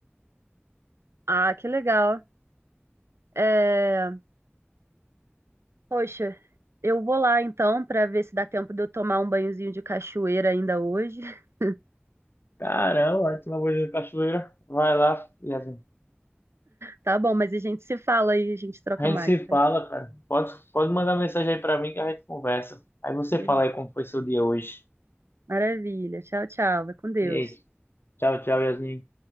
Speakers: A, on the right; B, on the left.
A: Ah, que legal. É... Poxa, eu vou lá então pra ver se dá tempo de eu tomar um banhozinho de cachoeira ainda hoje. <laughs>
B: Caramba, aí tu vai ver a cachoeira, vai lá, Yasmin.
A: Tá bom, mas a gente se fala aí, a gente troca
B: A gente
A: mais.
B: se
A: tá?
B: fala, cara. Pode, pode mandar mensagem aí pra mim que a gente conversa. Aí você
A: Beleza.
B: fala aí como foi seu dia hoje.
A: Maravilha. Tchau, tchau. Vai com Deus.
B: E aí, tchau, tchau, Yasmin.